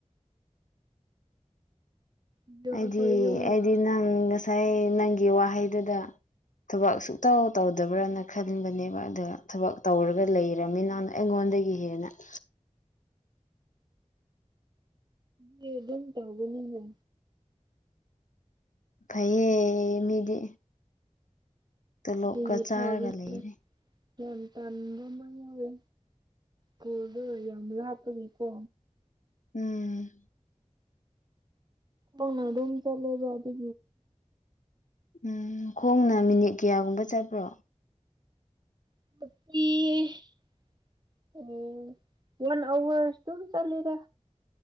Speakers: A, on the right (about 35°); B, on the left (about 85°).
A: ꯑꯗꯣ
B: ꯑꯩꯗꯤ
A: ꯑꯩꯈꯣꯏ ꯌꯨꯝꯒ
B: ꯑꯩꯗꯤ ꯅꯪ ꯉꯁꯥꯏ ꯅꯪꯒꯤ ꯋꯥꯍꯩꯗꯨꯗ ꯊꯕꯛ ꯁꯨꯛꯇꯧ ꯇꯧꯗꯕ꯭ꯔꯅ ꯈꯟꯕꯅꯦꯕ ꯑꯗꯨꯒ ꯊꯕꯛ ꯇꯧꯔꯒ ꯂꯩꯔꯕꯃꯤꯅꯅ ꯑꯩꯉꯣꯟꯗꯒꯤ ꯍꯦꯟꯅ
A: ꯌꯦ ꯟ ꯇ ꯅꯗ
B: ꯐꯌꯦ ꯃꯤꯗꯤ ꯇꯣꯂꯣꯞꯀ
A: ꯒꯤ
B: ꯆꯥꯔꯒ
A: ꯐ꯭ꯔꯣꯕꯂꯦꯝ
B: ꯂꯩꯔꯦ
A: ꯌꯥꯝ ꯇꯗ ꯃꯅꯤꯔꯦ ꯀꯗ ꯌꯥꯝ ꯍꯥꯄꯅꯤ ꯀꯣ
B: ꯎꯝ
A: ꯍꯅ ꯑꯗꯨꯝ ꯆꯂꯦꯗꯒꯤ
B: ꯎꯝ ꯈꯣꯡꯅ ꯃꯤꯅꯤꯠ ꯀꯌꯥꯒꯨꯝꯕ ꯆꯠꯄ꯭ꯔꯣ
A: <inaudible> ꯎꯝ ꯋꯥꯟ ꯑꯋꯥꯔ ꯇꯝ ꯆꯂꯗ